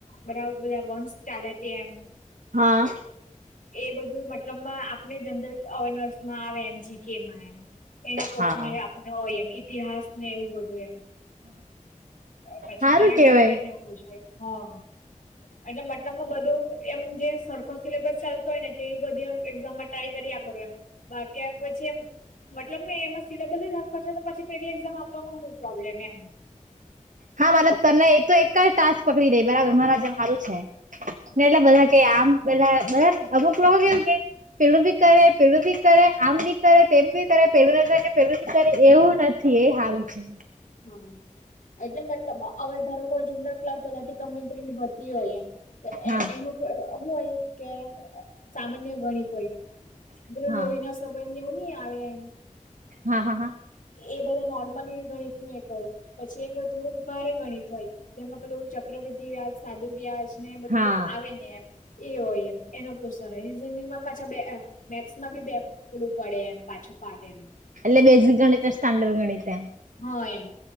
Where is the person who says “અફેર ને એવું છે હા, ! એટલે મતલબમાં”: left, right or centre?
Left